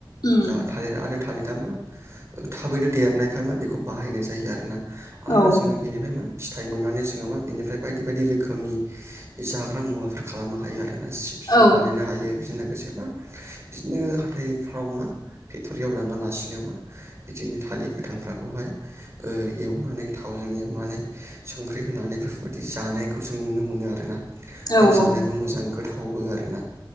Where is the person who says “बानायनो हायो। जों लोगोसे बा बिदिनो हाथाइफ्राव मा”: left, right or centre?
Right